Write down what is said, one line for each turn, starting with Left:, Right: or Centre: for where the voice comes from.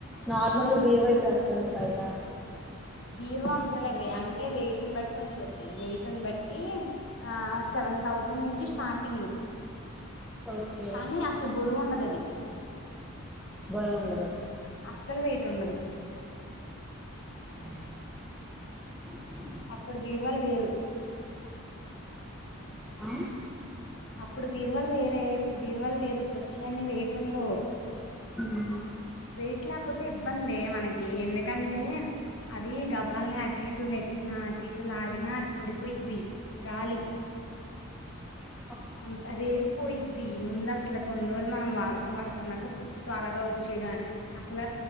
Centre: Normal
Left: ఇన్
Centre: గా బీరువా ఇప్పుడు ఎంతుంది బయటా.
Left: బీరువా ఉందిలేవే అంటే వెయిటున్ బట్టి ఉందిప్పుడు వెయిటున్ బట్టీ ఆ సెవెన్ థౌస్ సండ్ నుంచి స్టార్టింగు
Centre: ఓకే
Left: కానీ అసలు బరువు ఉండదు అది.
Centre: బరువు ఉండదు
Left: అస్సలు వెయిట్టుండదు.
Centre: <inaudible>
Left: అప్పుడు బీర్వాల్ వేరు.
Centre: ఆ
Left: అప్పుడు బీరువాలు వేరే ఇప్పుడు బీరువాలు వేరు ఇప్పుడు వచ్చేఅన్ని వెయిట్ ఉండవు.
Centre: హ్మ్
Left: వెయిట్ లేకపోతే ఇబ్బందే మనకీ ఎందుకంటే అదీ గబాల్నా అటు ఇటు నెట్టినా. అటు ఇటు లాగిన అది పడిపోయిద్ది గాలి
Centre: అ
Left: అంత రేకిపోయిద్ది ముందు అసలు కొన్ని రోజులు మనం వాడతా వాడతాన్నాక తుప్పు త్వరగా వచ్చేయడం అసల